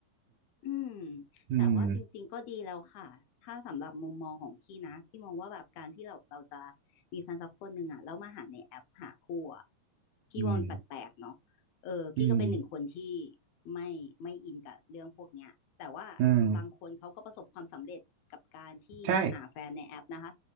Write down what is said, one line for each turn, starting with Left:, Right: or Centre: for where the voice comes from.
Left: อืม
Right: <laughs> อืม
Left: แต่ว่าจริงๆก็ดีแล้วค่ะถ้าสำหรับมุมมองของพี่นะพี่มองว่าแบบการที่เราเราจะมีแฟนสักคนหนึ่งอ่ะแล้วมาหาในแอปหาคู่อ่ะพี่ว่ามันแปลกๆเนาะเออพี่ก็เป็นหนึ่งคนที่
Right: อืมอืม
Left: ไม่ไม่อินกับเรื่องพวกเนี้ยแต่ว่าบางคนเขาก็ประสบความสำเร็จกับการที่หาแฟนในแอปนะคะ
Right: อืมใช่